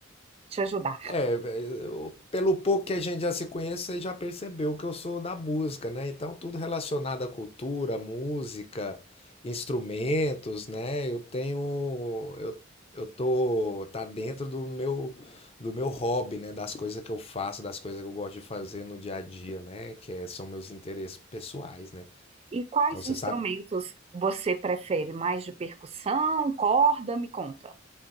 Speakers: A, on the right; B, on the left.
A: te ajudar.
B: É, eu- pelo pouco que a gente já se conhece, você já percebeu que eu sou da música, né? Então, tudo relacionado à cultura, música, instrumentos, né? Eu tenho, eu, eu tô, tá dentro do meu, do meu hobby, né? Das coisas que eu faço, das coisas que eu gosto de fazer no dia a dia, né? Que é- são meus interesses pessoais, né?
A: E quais
B: Então, você
A: instrumentos
B: sabe
A: você prefere? Mais de percussão, corda? Me conta.